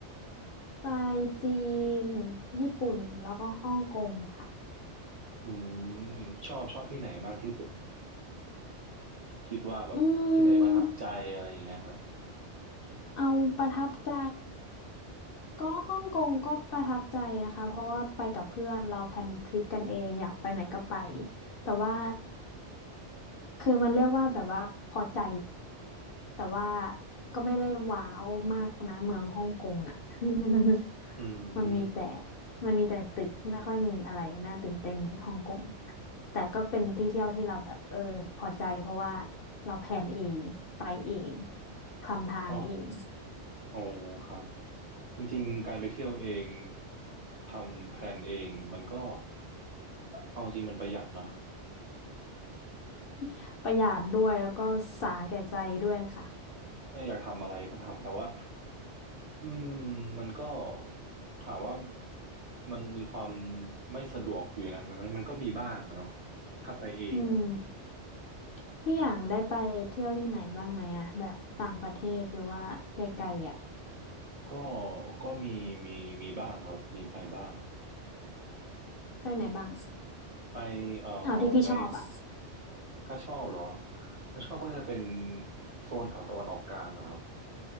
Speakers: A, on the left; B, on the right.
A: ไปจีน ญี่ปุ่น แล้วก็ฮ่องกงค่ะ
B: อืมชอบชอบที่ไหนมากที่สุดคิดว่าแบบที่ไหนประทับใจอะไรอย่างเงี้ยครับ
A: อืมเอาประทับใจ ก็ฮ่องกงก็ประทับใจนะคะ เพราะว่าไปกับเพื่อนเราแพลนทริปกันเองอยากไปไหนก็ไป แต่ว่า คือมันเรียกว่าแบบว่าพอใจแต่ว่าก็ไม่ได้ว้าวมากนะเมืองฮ่องกงอ่ะ <laughs>
B: อื
A: มันมีแต่
B: ม
A: มันมีแต่ตึกไม่ค่อยมีอะไรน่าตื่นเต้นฮ่องกงแต่ก็เป็นที่เที่ยวที่เราแบบเออพอใจเพราะว่าเราแพลนเองไปเองคลำทางเอง
B: อ๋ออ๋อครับจริงๆการไปเที่ยวเองทำแพลนเองมันก็เอาจริงมันประหยัดเนาะ
A: <laughs> ประหยัดด้วยแล้วก็สาแก่ใจด้วยค่ะ
B: ถ้าอยากทำอะไรก็ทำแต่ว่าอืมมันก็ถามว่ามันมีความไม่สะดวกอยู่ในนั้นไหมมันมันก็มีบ้างอะเนาะถ้าไปเองอะ
A: อืมพี่อย่างได้ไปเที่ยวที่ไหนบ้างไหมอะแบบต่างประเทศหรือว่าไกลๆอ่ะ
B: ก็ก็มีมีมีบ้างครับ มีไปบ้าง
A: ไปไหนบ้าง
B: ไปเอ่อ
A: เอาที่พี่ชอบอ่ะ
B: ไปถ้าชอบเหรอถ้าชอบก็น่าจะเป็นโซนแถวตะวันออกกลางนะครับ